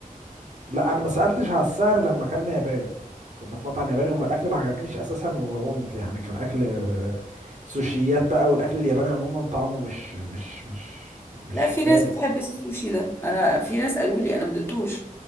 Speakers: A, on the right; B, on the left.
A: لا انا ما سألتش على السعر لما اكلنا ياباني كنا في مطعم ياباني وما الاكل ما عجبنيش اساسا وقمت يعني كان اكل آه، سوشيات بقى والاكل الياباني عموما طعمه مش مش مش مش
B: لا في ناس
A: لايق
B: بتحب السوشي ده أنا في ناس قالوا لي أنا ما دقتوش